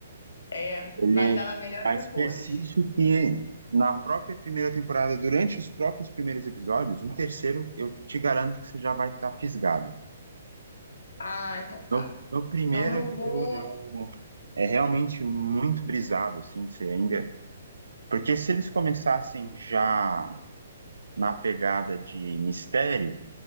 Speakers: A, on the left; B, on the right.
A: É,
B: Ele
A: mas ela melhora
B: mas
A: depois.
B: persiste que na própria primeira temporada, durante os próprios primeiros episódios, no terceiro, eu te garanto que você já vai estar fisgado.
A: Ah, então tá.
B: No, no primeiro,
A: Então eu vou.
B: eu, eu- é realmente muito brisado, assim, se ainda. Porque se eles começassem já na pegada de mistério,